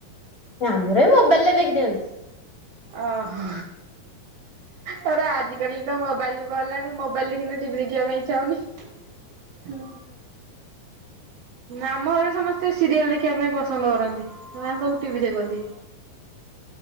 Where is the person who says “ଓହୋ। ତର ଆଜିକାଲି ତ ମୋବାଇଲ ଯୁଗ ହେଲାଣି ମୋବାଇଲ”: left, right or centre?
Right